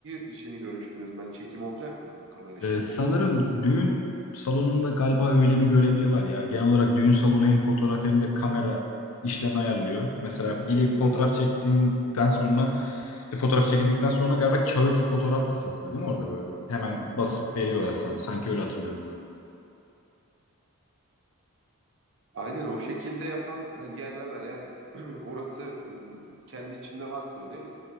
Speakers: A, on the right; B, on the left.
A: işini görüştünüz mü? Hani çekim olacak mı kamera işinde?
B: Ee, sanırım düğün salonunda galiba öyle bir görevli var ya. Genel olarak düğün salonu hem fotoğraf hem de kamera işlerini ayarlıyor. Mesela biri fotoğraf çektiğinden sonra e, fotoğraf çekindikten sonra galiba kağıt fotoğraf da satılıyor değil mi orada böyle? Hemen basıp veriyorlar sana. Sanki öyle hatırlıyorum ben.
A: Aynen o şekilde yapan e, yerler var. Eğer <clears throat> orası e, kendi içinde varsa öyle